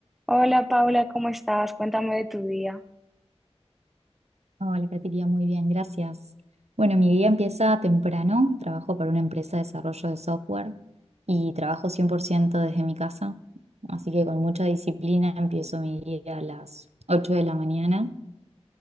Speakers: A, in the centre; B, on the right.
A: Hola Paula, ¿cómo estás? Cuéntame de tu día.
B: Hola, Catiria, muy bien, gracias. Bueno, mi día empieza temprano. Trabajo para una empresa de desarrollo de software y trabajo 100% desde mi casa. Así que con mucha disciplina empiezo mi día a las 8 de la mañana